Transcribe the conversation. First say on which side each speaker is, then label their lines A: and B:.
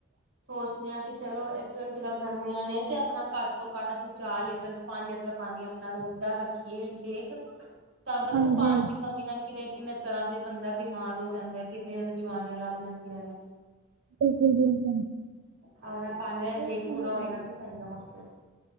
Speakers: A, on the right (about 60°); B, on the right (about 80°).
A: ਸੋਚਦੇ ਹਾਂ ਕਿ ਚਲੋ ਇੱਕ ਜਿਹੜਾ ਗਰਮੀਆਂ ਨੇ ਤੇ ਆਪਣਾ ਘੱਟ ਤੋਂ ਘੱਟ ਅਸੀਂ ਚਾਰ ਲੀਟਰ ਪੰਜ ਲੀਟਰ ਪਾਣੀ ਆਪਣਾ ਰੋਜ਼ ਦਾ ਰੱਖੀਏ ਇ ਟੇਕ
B: <inaudible>
A: ਤਾਂ ਆਪਾਂ
B: ਹਾਂਜੀ
A: ਦੇਖੋ ਪਾਣੀ ਦੀ ਕਮੀ ਨਾਲ ਕਿੰਨੇ, ਕਿੰਨੇ ਤਰ੍ਹਾਂ ਦੇ ਬੰਦਾ ਬਿਮਾਰ ਹੋ ਜਾਂਦਾ ਕਿੰਨੀਆਂ ਦੀ ਬਿਮਾਰੀਆਂ ਲੱਗ ਜਾਂਦੀਆਂ ਨੇ।
B: ਬਿਲਕੁਲ, ਬਿਲਕੁਲ।
A: ਆਪਣਾ ਪਾਣੀ ਦਾ
B: ਉਹ
A: ਟੇਕ
B: ਤਾਂ
A: ਪੂਰਾ
B: ਹੈ
A: ਹੋਏਗਾ ਤੇ ਸਹੀ ਰਹਾਂਗੇ।